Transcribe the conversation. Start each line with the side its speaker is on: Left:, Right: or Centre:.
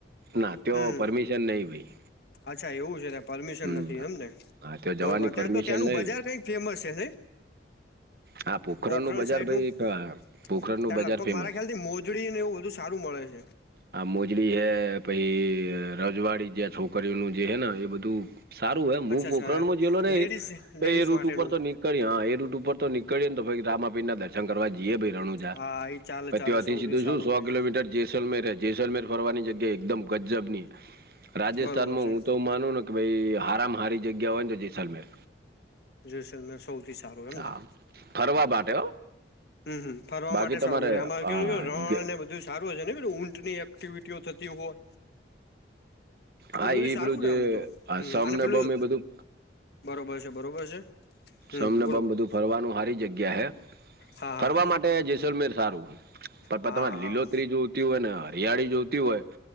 Right: ના તે
Left: હમ
Right: પરમિશન નહિ ભાઈ.
Left: અચ્છા એવું છે. પરમિશન
Right: હમ
Left: નથી એમ ને
Right: હા ત્યાં
Left: બરોબર
Right: જવાની
Left: ત્યાં
Right: પરમિશન
Left: તો ત્યાંનું
Right: નહી
Left: બજાર કઈક ફેમસ છે ને.
Right: હા પોખરણનું
Left: ગોખરણ
Right: બજાર
Left: સાઈડ
Right: ભાઈ
Left: નું ત્યારે
Right: પોખરણનું બજાર
Left: લગભગ
Right: ફેમસ
Left: મારા ખ્યાલ થી મોજ. મોજળી ને એવું વધુ સારું મળે છે.
Right: આ મોજડી હે પછી રજવાડી જેં છોકરીઓનું જે હે ને એ બધું. સારું હે હું
Left: અચ્છા
Right: પોખરણમાં
Left: અચ્છા
Right: જયેલો નહી
Left: લેડીઝ
Right: પ
Left: લેડીઝ
Right: એ રૂટ
Left: માટેનું
Right: ઉપર તો નીક ળ હ એ રૂટ ઉપર તો નીકળીએ તો ભ રામાપીર ના દર્શન કરવા જઈએ ભાઈ રણું
Left: હા એ ચાલે
Right: પછ
Left: ચાલે
Right: તેથી
Left: સૌથી
Right: સીધું
Left: સારું
Right: શું સો
Left: ભાઈ
Right: કિલોમીટર જે. જસલમેર હ જેસલમેર ફરવાની જગ્યા એકદમ ગજજબ ની રાજસ્થાનમાં
Left: બરોબર છે
Right: હું તો માનું. ભાઈ હારમાં હારી જગ્યા હોયને તો જેસલમેર.
Left: જોસલમે સૌથી સારું
Right: હા
Left: એમ ને.
Right: ફરવા માટે.
Left: હમ ફરવા
Right: બાકી
Left: માટે
Right: તમારે
Left: સારું રે આમાં
Right: હા
Left: કે રણનેબધ.
Right: ગ-
Left: બ સારું છે ને ઊંની એક્ટિવિટીઓ થતી હોય.
Right: હા
Left: એવ બધું
Right: એ
Left: સારું
Right: પેલું
Left: રે
Right: જે
Left: આમ તો
Right: આ
Left: હમ
Right: સમ
Left: અને
Right: ને
Left: પેલું
Right: બમ એ બધું
Left: બરોબર છે બરોબર છે. હમ
Right: સમને
Left: બોલો
Right: બમ
Left: બોલો
Right: બધું ફરવાનું હારી જગ્યા હે
Left: હા હા
Right: ફરવા માટે જેસલમેર સારું. પણ
Left: હા
Right: તમારે
Left: હા
Right: લીલોતરી
Left: હા
Right: જોતી હોય ને હરિયાળી જોતી હોય